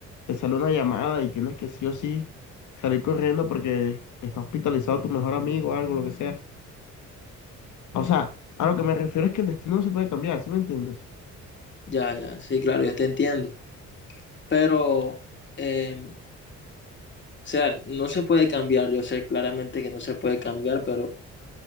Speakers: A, on the left (about 75°); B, on the left (about 40°).
A: te sale una llamada y tienes que sí o sí salir corriendo porque está hospitalizado tu mejor amigo o algo, lo que sea. O sea, a lo que me refiero es que el destino no se puede cambiar, ¿sí me entiendes?
B: Ya, ya, sí, claro, yo te entiendo. Pero, eh, o sea, no se puede cambiar. Yo sé claramente que no se puede cambiar, pero